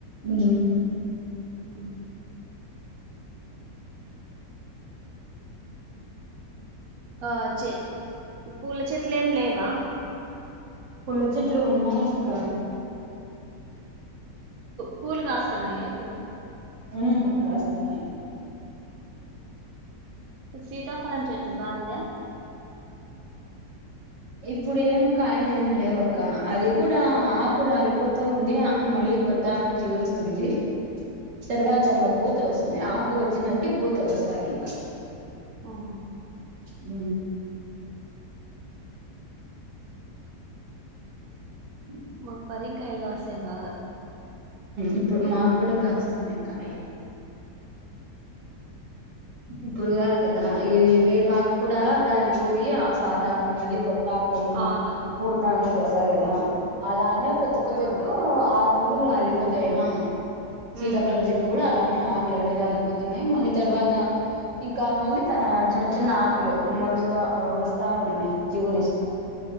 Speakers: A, on the right (about 75°); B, on the right (about 60°).
A: ఉ
B: ఆ ఆ చె పూల చెట్లు ఏం లేవా
A: పుల్ల చెట్లు ఉన్నా ఇక్క
B: పూలు కాస్తానాయ ఇప్పుడు
A: ఆ కాస్తున్నాయి
B: సీతాఫలం చటు బా అందా
A: ఇప్పుడు ఏం కాయలే లే ఒక్క అది కూడా ఆకు రాలిపోతూంది మళ్ళీ కొత్త ఆకు చిగురుస్తుంది తర్వాత ఇంకా పూత వస్తుంది ఆకు వచ్చిందంటే పూత వస్తుంది ఇంకా
B: అఓ
A: ఉ ఉ
B: మప్పరం కాయలు రాసే బావ
A: ఇప్పుడు మాకు కూడా కాస్తమకా అయ ఇప్పుడు కాదు కదా ఇవి వేపాకు కూడా రర్యాలిపోయి ఆ పాతాకు మళ్ళీ కొత్త పాకు
B: అవును
A: ఊతా అందుకు వస్తాడు కదా
B: ఉమ్
A: అలానే ప్రతి ఒక్క
B: అవును
A: చెట్టు ఆ కులు కూడా రాలిపోతాయా సీతాఫలం
B: ఉమ్
A: చెట్టు కూడా అలానే లున్నీ రాలిపోతున్నాయి మళ్ళీ తర్వాత ఇంకా మళ్ళీ చిన్న చిన్న ఆకులు మలుస్తా వస్తా ఉంది చిగురిస్తా